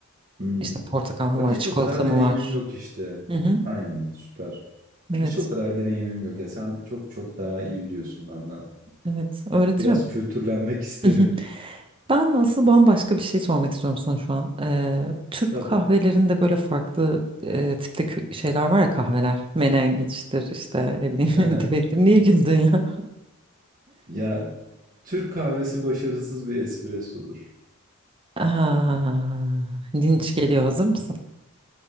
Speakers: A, on the right; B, on the right.
A: Hmm.
B: İşte portakal mı
A: Bak
B: var,
A: hiç
B: çikolata
A: o kadar deneyimim
B: mı var?
A: yok işte.
B: Hı hı.
A: Aynen süper.
B: Evet,
A: Hiç o kadar deneyimim yok ya. Sen çok çok daha iyi biliyorsun benden.
B: evet. Öğretirim.
A: Biraz kültürlenmek <laughs> isterim.
B: <laughs> Ben nasıl bambaşka bir şey sormak istiyorum sana şu an. Ee, Türk
A: Tabii.
B: kahvelerinde böyle farklı e, tipte kü- şeyler var ya kahveler. Menengiçtir işte ne bileyim
A: Aha.
B: <laughs> dibektir. Niye güldün ya?
A: Ya Türk kahvesi başarısız bir espressodur.
B: <laughs> Aa, linç geliyor hazır mısın?